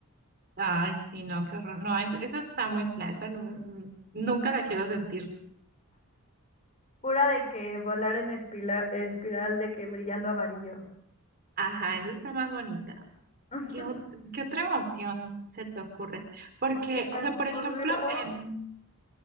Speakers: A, on the right; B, on the left.
A: Ay, sí, no, qué horror. No, es- esa está muy fea, esa no me- nunca la quiero sentir.
B: Pura de que volar en espila- espiral de que brillando amarillo.
A: Ajá, esa está más bonita.
B: <laughs>
A: ¿Qué, ot- qué otra emoción se te ocurre? Porque,
B: Se me
A: o sea,
B: ocurrió.
A: por ejemplo, em,